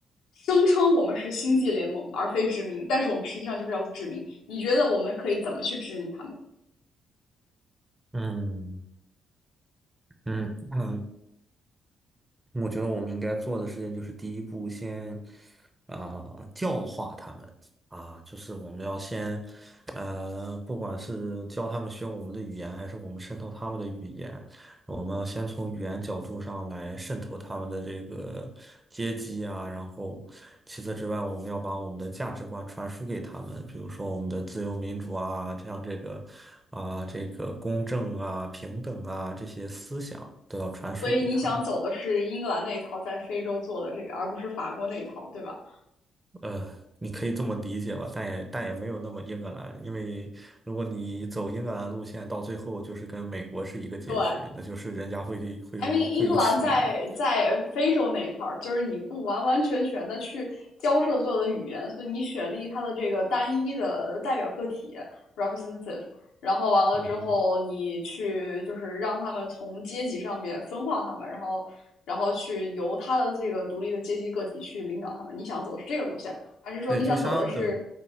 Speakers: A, on the left; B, on the right.
A: 声称我们是星际联盟而非殖民，但是我们实际上就是要殖民。你觉得我们可以怎么去殖民他们？
B: 嗯嗯嗯，我觉得我们应该做的事情就是第一步先，啊、教化他们啊，就是我们要先，呃，不管是教他们学我们的语言，还是我们渗透他们的语言，我们要先从语言角度上来渗透他们的这个阶级啊，然后其次之外，我们要把我们的价值观传输给他们，比如说我们的自由民主啊，这样这个啊、这个公正啊、平等啊这些思想都要传输给他们。
A: 所以你想走的是英格兰那一套在非洲做的这个，而不是法国那一套，对吧？
B: 呃，你可以这么理解吧，但也但也没有那么英格兰，因为如果你走英格兰路线，到最后就是跟美国是一个结局，
A: 对，
B: 那就是人家会会有会有起义。
A: I mean，英格兰在在非洲那一块儿，就是你不完完全全的去交涉所有的语言，所以你选立他的这个单一的代表个体 representative，然后完了之后，
B: 嗯哼，
A: 你去就是让他们从阶级上面分化他们，然后然后去由他的这个独立的阶级个体去领导他们。你想走的是这个路线，还是说你想走的是，
B: 对，就相等。